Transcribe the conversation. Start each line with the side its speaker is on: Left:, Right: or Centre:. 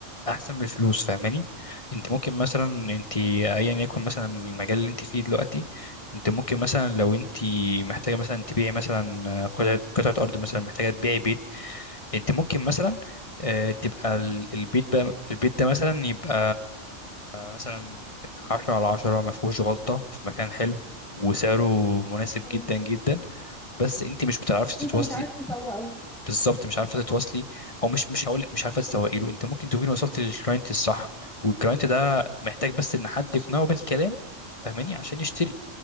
Left: احسن من الفلوس فاهماني انت ممكن مثلا انت ايا يكن مثلا المجال اللي انت فيه دلوقتي انت ممكن مثلا لو انت محتاجه مثلا تبيعي مثلا قطعه قطعه ارض مثلا محتاجه تبيعي بيت انت ممكن مثلا آه، تبقى ال- البيت ده البيت ده مثلا يبقى مثلا عشرة على عشرة ما فيهوش غلطة في مكان حلو وسعره مناسب
Centre: ايوه
Left: جدا جدا بس انت مش بتعرفي
Centre: بس
Left: تتواصلي
Centre: انت مش عارف تسوق له
Left: بالظبط مش عارفه تتواصلي
Centre: صح
Left: او مش مش هقول لك مش عارفه تسوقي له انت ممكن تكوني وصلت للكلاينت الصح والكلاينت ده محتاج بس ان حد يقنعه بالكلام فاهماني عشان يشتري